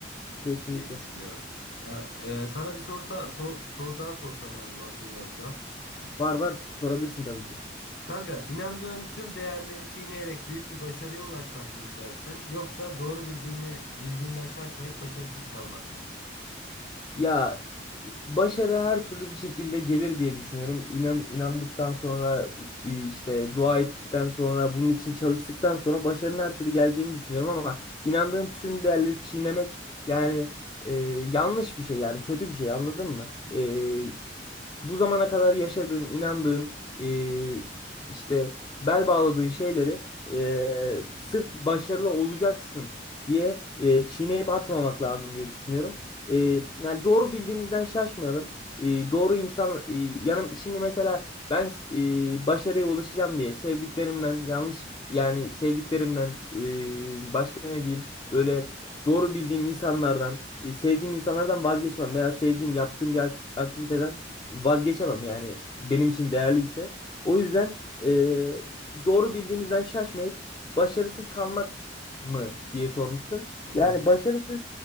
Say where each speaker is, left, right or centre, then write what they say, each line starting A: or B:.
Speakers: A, on the left (about 25°); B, on the left (about 70°).
A: Kesinlikle.
B: diye düşünüyorum. Ya e, sana bir sorsa so- soru daha sorsam abi vaktin varsa.
A: Var var sorabilirsin tabii ki.
B: Kanka inandığın tüm değerleri çiğneyerek büyük bir başarıya ulaşmak mı istersin yoksa doğru bildiğini bildiğinden şaşmayıp başarısız kalmak mı?
A: Ya başarı her türlü bir şekilde gelir diye düşünüyorum. İnan inandıktan sonra işte dua ettikten sonra bunun için çalıştıktan sonra başarının her türlü geleceğini düşünüyorum ama inandığın tüm değerleri çiğnemek yani e, yanlış bir şey yani kötü bir şey anladın mı?
B: Hı hı.
A: E, bu zamana kadar yaşadığın, inandığın, e, işte bel bağladığın şeyleri e, sırf başarılı olacaksın diye e, çiğneyip atmamak lazım diye düşünüyorum. E, yani doğru bildiğimizden şaşmayalım. E, doğru insan e, yanım şimdi mesela ben e, başarıya ulaşacağım diye sevdiklerimden yanlış yani sevdiklerimden e, başka ne diyeyim böyle doğru bildiğim insanlardan e, sevdiğim insanlardan vazgeçmem veya sevdiğim yaptığım bir ak- aktiviteden vazgeçemem yani benim için değerliyse. O yüzden eee, doğru bildiğimizden şaşmayıp başarısız kalmak mı diye sormuştun.
B: Hı hı.
A: Yani başarısız